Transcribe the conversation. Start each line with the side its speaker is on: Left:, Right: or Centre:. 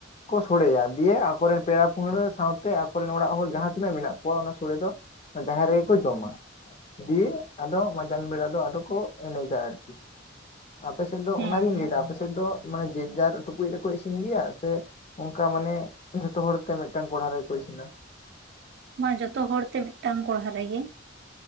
Left: ᱠᱚ ᱥᱚᱲᱮᱭᱟ ᱫᱤᱭᱮ ᱟᱠᱚ ᱨᱮᱱ ᱯᱮᱲᱟ ᱯᱟᱹᱦᱲᱟᱹ ᱥᱟᱶᱛᱮ ᱟᱠᱚᱨᱮᱱ ᱚᱲᱟᱜ ᱦᱚᱲ ᱡᱟᱦᱟᱸ ᱛᱤᱱᱟᱹᱜ ᱢᱮᱱᱟᱜ ᱠᱚᱣᱟ ᱚᱱᱟ ᱥᱚᱲᱮ ᱫᱚ ᱡᱟᱦᱮᱨ ᱨᱮᱜᱮ ᱠᱚ ᱡᱚᱢ ᱟ ᱫᱤᱭᱮ ᱟᱫᱚ ᱢᱟᱸᱡᱟᱱ ᱵᱮᱲᱟ ᱫᱚ ᱟᱫᱚ ᱠᱚ ᱮᱱᱮᱡ ᱟ ᱟᱨᱠᱤ ᱟᱯᱮᱥᱮᱫ ᱫᱚ
Right: ᱦᱮᱸ
Left: ᱚᱱᱟᱜᱤᱧ ᱞᱟᱹᱭ ᱫᱟ ᱟᱯᱮ ᱥᱮᱫ ᱫᱚ ᱢᱟᱱᱮ ᱡᱮᱡ ᱡᱟᱨ ᱴᱩᱠᱩᱡ ᱨᱮᱠᱚ ᱤᱥᱤᱱ ᱜᱮᱭᱟ ᱥᱮ ᱚᱱᱠᱟ ᱢᱟᱱᱮ ᱡᱷᱚᱛᱚ ᱦᱚᱲᱛᱮ ᱢᱤᱫᱴᱟᱝ ᱠᱚᱲᱦᱟ ᱨᱮᱜᱮᱠᱚ ᱤᱥᱤᱱ ᱟ᱾
Right: ᱢᱟ ᱡᱚᱛᱚ ᱦᱚᱲ ᱛᱮ ᱢᱤᱫᱴᱟᱝ ᱠᱚᱲᱦᱟ ᱨᱮᱜᱮ